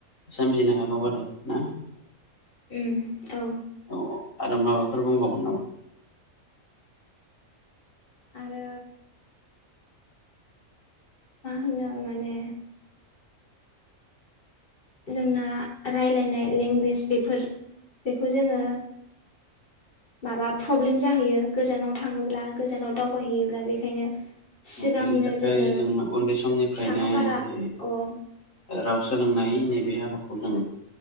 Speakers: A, on the left; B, on the left.
A: सोमजिनो हागौ आरो ना
B: उ औ
A: औ आरो माबाफोर बुंबावगोन नामा?
B: आरो मा होनो माने जोंना रायलायनाय लेंगुवेज बेफोर बेखौ जोङो माबा प्रब्लेम जाहैयो गोजानाव थाङोब्ला गोजानाव दावबायहैयोब्ला बे खायनो सिगांनो
A: बेनि थाखाय
B: जोङो
A: जों उन्दै समनिफ्रायनो
B: साखाफारा
A: जि
B: अ
A: राव सोलोंनाय नैबे हाबाखौ जों